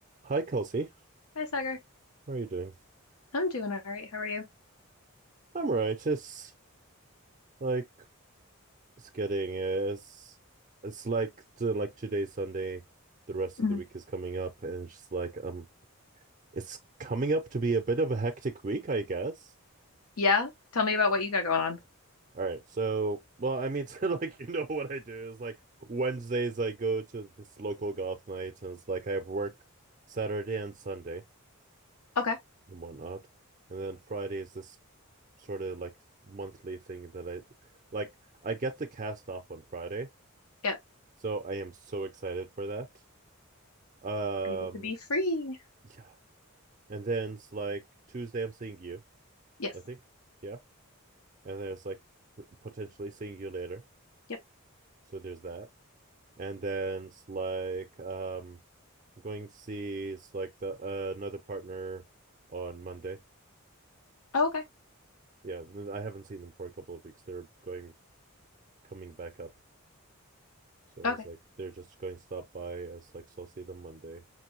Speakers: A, on the right (about 35°); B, on the left (about 80°).
A: Hi, Kelsey.
B: Hi, Sagar.
A: How are you doing?
B: I'm doing all right. How are you?
A: I'm all right. It's like it's getting uh, it's it's like to, like today's Sunday. The rest
B: Mhm.
A: of the week is coming up, and it's just like um, it's coming up to be a bit of a hectic week, I guess.
B: Yeah. Tell me about what you got going on.
A: All right. So, well, I mean, <laughs> so like you know what I do is like Wednesdays I go to this local goth night, and it's like I have work Saturday and Sunday
B: Okay.
A: and whatnot, and then Friday is this sort of like monthly thing that I like I get the cast off on Friday.
B: Yeah.
A: So I am so excited for that. Um
B: Be able to be free.
A: yeah. And then it's like Tuesday I'm seeing you,
B: Yes.
A: I think. Yeah. And then it's like potentially seeing you later.
B: Yep.
A: So there's that. And then it's like um I'm going to see it's like the uh, another partner on Monday.
B: Oh, okay.
A: Yeah, I haven't seen them for a couple of weeks. They're going coming back up. So
B: Okay.
A: it's like they're just going to stop by. It's like so I'll see them Monday,